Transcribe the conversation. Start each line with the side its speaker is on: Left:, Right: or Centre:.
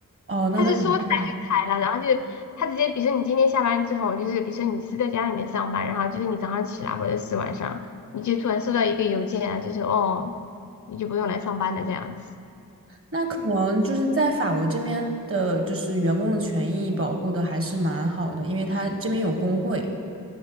Right: 哦，那倒也是。
Left: 它是说裁就裁了，然后就它直接，比如说你今天下班之后，就是比如说你是在家里面上班，然后就是你早上起来或者是晚上，你就突然收到一个邮件啊，就是哦，你就不用来上班了这样子。
Right: 那可能就是在法国这边的，就是员工的权益保护的还是蛮好的，因为他这边有工会，